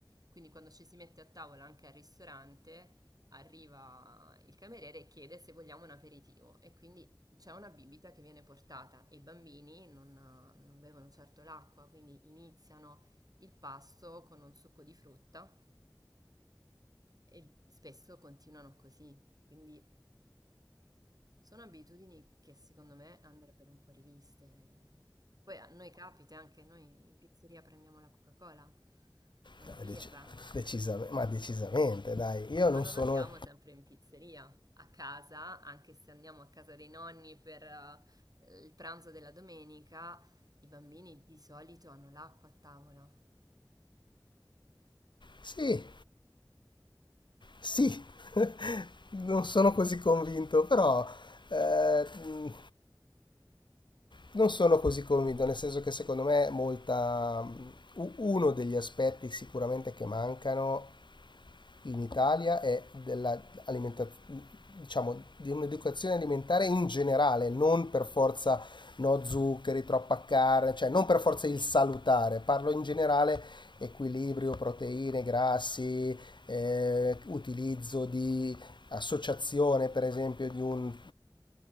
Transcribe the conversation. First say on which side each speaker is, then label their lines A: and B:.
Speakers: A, on the right; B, on the left.
A: Quindi quando ci si mette a tavola anche al ristorante, arriva il cameriere e chiede se vogliamo un aperitivo e quindi c'è una bibita che viene portata e i bambini non, non bevono certo l'acqua, quindi iniziano il pasto con un succo di frutta e spesso continuano così. Quindi sono abitudini che secondo me andrebbero un po' riviste. Poi a noi capita anche, noi in pizzeria prendiamo la Coca-Cola o la
B: Dai,
A: birra.
B: dec- decisam- ma decisamente, dai. Io
A: Ma
B: non
A: non
B: sono...
A: andiamo sempre in pizzeria, a casa, anche se andiamo a casa dei nonni per eh, il pranzo della domenica, i bambini di solito hanno l'acqua a tavola.
B: Sì, sì, non sono così convinto, però eh, mh, non sono così convinto, nel senso che secondo me molta... mh, u- Uno degli aspetti sicuramente che mancano in Italia è dell'alimentazione, diciamo, di un'educazione alimentare in generale, non per forza no zuccheri, troppa carne, cioè non per forza il salutare, parlo in generale equilibrio, proteine, grassi, eh, utilizzo di associazione per esempio di un